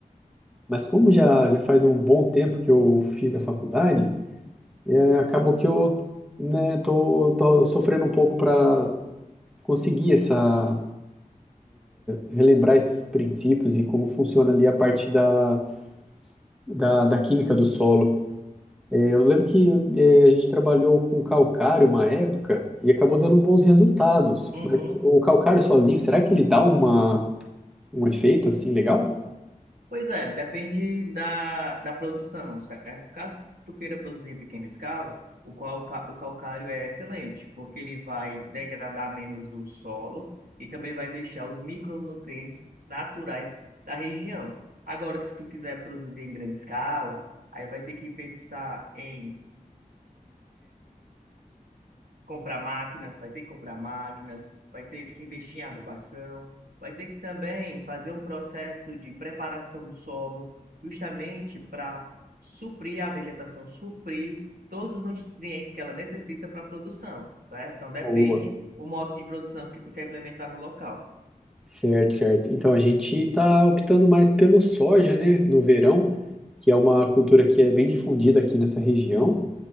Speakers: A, in the centre; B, on the right (about 85°).
A: Mas como já, já faz um bom tempo que eu fiz a faculdade, é, acabou que eu, né, tô, tô sofrendo um pouco para conseguir essa, relembrar esses princípios e como funciona ali a parte da, da, da química do solo. É, Eu lembro que é, a gente trabalhou com calcário uma época e acabou dando bons resultados.
B: Uhum.
A: Mas o calcário sozinho, será que ele dá uma, um efeito assim legal?
B: Pois é, depende da, da produção, certo? Caso tu queira produzir em pequena escala, o, qual, ca- o calcário é excelente, porque ele vai degradar menos o solo e também vai deixar os micronutrientes naturais da região. Agora, se tu quiser produzir em grande escala, aí vai ter que pensar em comprar máquinas, vai ter que comprar máquinas, vai ter que investir em adubação, vai ter que também fazer um processo de preparação do solo, justamente para suprir a vegetação, suprir todos os nutrientes que ela necessita para a produção, certo? Então depende
A: Boa.
B: o modo de produção que tu quer implementar no local.
A: Certo, certo. Então a gente está optando mais pelo soja, né, no verão, que é uma cultura que é bem difundida aqui nessa região.